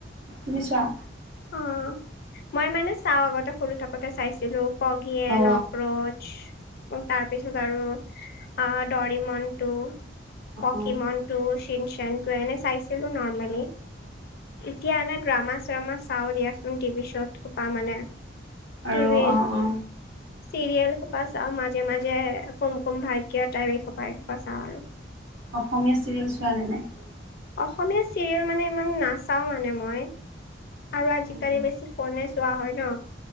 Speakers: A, on the right; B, on the left.
A: তুমি চোৱা?
B: অ', মই মানে চাও আগতে সৰু থাকোতে চাইছিলো কগিয়েন,
A: অ অ
B: অক্ৰোচ উ তাৰপিছত আৰু আ দৰিমনটো, পকী
A: অ
B: মন টো, চিনচেনটো, এনে চাইছিলো নৰ্মেলি, এতিয়া এনে ড্ৰামা চামা চাও দিয়াচোন টিভি শ্ব'ত সোপা মানে,
A: আৰু
B: টি ভিৰ
A: অ অ
B: চিৰিয়েল সোপা চাওঁ মাজে মাজে, কুম কুম ভাগ্য টাইপ, এইসোপা এসোপা চাওঁ আৰু
A: অসমীয়া চিৰিয়েল চোৱ নে নাই?
B: অসমীয়া চিৰিয়েল মানে ইমান নাচাও মানে মই আৰু আজিকালি
A: উম, উম,
B: বেছি ফোনে চোৱা হয় ন?